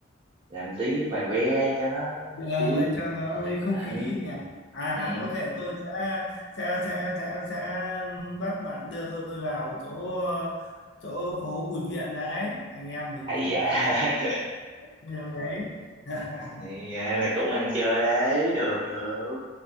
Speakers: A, on the right; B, on the left.
A: làm tí vài ve cho nó
B: Ờ,
A: vui
B: cho nó lấy không
A: đấy
B: khí nhỉ. À,
A: ừ.
B: có thể tôi sẽ sẽ sẽ sẽ sẽ bắt bạn đưa tôi vào chỗ chỗ phố Bùi Viện đấy. Anh em mình
A: Ây
B: phải
A: da
B: làm vậy
A: <laughs>
B: đấy. <laughs>
A: Thì à, là cũng ăn chơi đấy, được được,